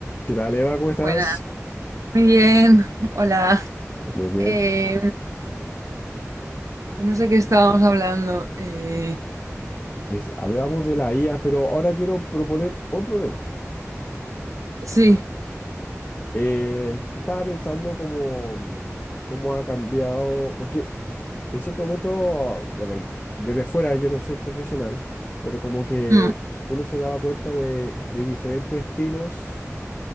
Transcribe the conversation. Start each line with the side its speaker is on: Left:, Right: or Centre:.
Left: ¿Qué tal, Eva? ¿Cómo estás?
Right: Buenas, muy bien, <laughs> hola.
Left: Muy bien.
Right: Eh, pues no sé qué estábamos hablando. Eh,
Left: Es- hablamos de la IA, pero ahora quiero proponer otro tema.
Right: sí,
Left: Eh, estaba pensando cómo, cómo ha cambiado, porque en cierto momento, bueno, y- desde fuera yo no soy profesional, pero como que
Right: Mm,
Left: uno se daba cuenta de, de diferentes estilos